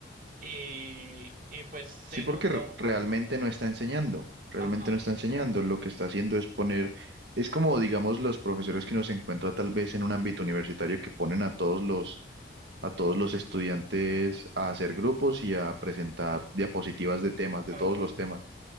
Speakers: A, on the right (about 45°); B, on the right (about 65°).
A: y, y pues se
B: Sí, porque
A: notó.
B: re- realmente no está enseñando, realmente
A: Ajá,
B: no está enseñando. Lo que está haciendo es poner, es como, digamos, los profesores que uno se encuentra tal vez en un ámbito universitario que ponen a todos los, a todos los estudiantes a hacer grupos y a presentar diapositivas de temas, de
A: ajá,
B: todos los temas.